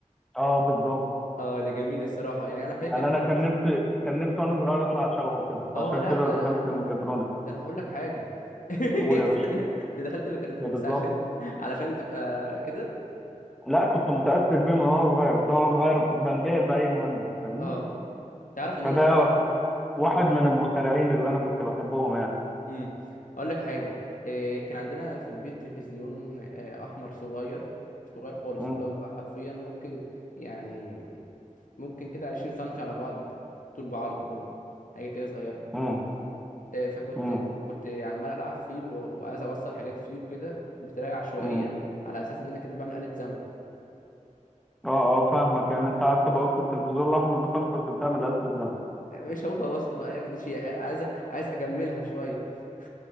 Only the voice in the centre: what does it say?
اه بالظبط
يعني
انا كان نفسي كان نفسي وانا صغير اطلع شبهه كده
فعشان
كده
دخلت
ميكاترونكس
قول يا باشا
ده بالظبط
لا كنت متاثر بيه من وانا صغير بس أنا وانا صغير بنبهر باي مهندس فاهمني
فده
واحد
من المخترعين اللي انا كنت بحبهم يعني
امم
امم
امم
امم
اه اه فاهمك يعني انت قعدت بوظت التلفزيون الاحمر ده خالص عشان تعمل
آلة الزمن